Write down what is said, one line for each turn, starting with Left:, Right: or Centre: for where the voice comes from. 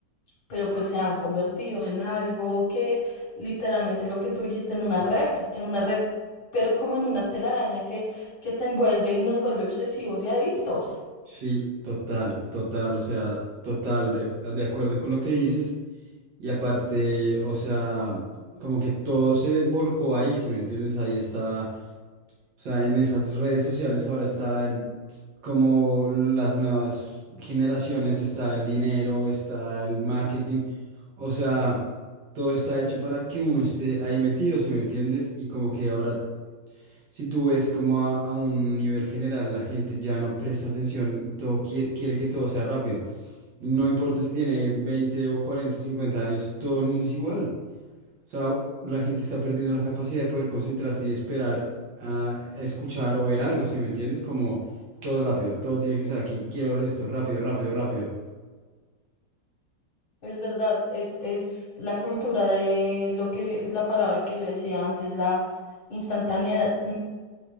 Left: pero pues se han convertido en algo que literalmente lo que tú dijiste, en una red, en una red, pero como en una telaraña que, que te envuelve y nos vuelve obsesivos y adictos.
Right: Sí, total, total, o sea, total, de, de acuerdo con lo que dices. Y aparte, o sea, como que todo se volcó ahí, si me entiendes, ahí está, o sea, en esas redes sociales ahora está el- como las nuevas generaciones, está el dinero, está el marketing, o sea, todo está hecho para que uno esté ahí metido, si me entiendes, y como que ahora si tú ves como a, a un nivel general la gente ya no presta atención y todo quiere, quiere que todo sea rápido. No importa si tiene 20 o 40 o 50 años, todo el mundo es igual. O sea, la gente está perdiendo la capacidad de poder concentrarse y esperar a escuchar o ver algo, ¿sí me entiendes? Como todo es rápido, todo tiene que ser aquí, quiero esto, rápido, rápido, rápido.
Left: Es verdad, es, es la cultura de lo que, la palabra que yo decía antes, la instantaneidad,